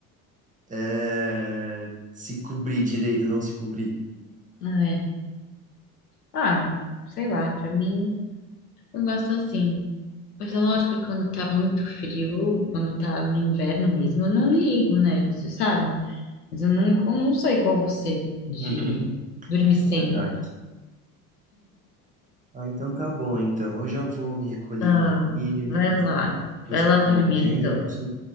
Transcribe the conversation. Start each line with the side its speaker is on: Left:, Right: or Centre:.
Right: é, se cobrir direito, não se cobrir.
Left: Ah, É. Ah, sei lá, pra mim, eu gosto assim. Mas é lógico que quando tá muito frio, quando tá no inverno mesmo, eu não ligo, né? Você sabe? Mas eu não, eu não sou igual você de
Right: <laughs>
Left: dormir sem.
Right: É verdade. Ah, então tá bom. Então eu já vou me recolhendo
Left: ah
Right: aqui,
Left: vai
Right: vou
Left: lá.
Right: escovar
Left: Vai lá dormir,
Right: o dente.
Left: então.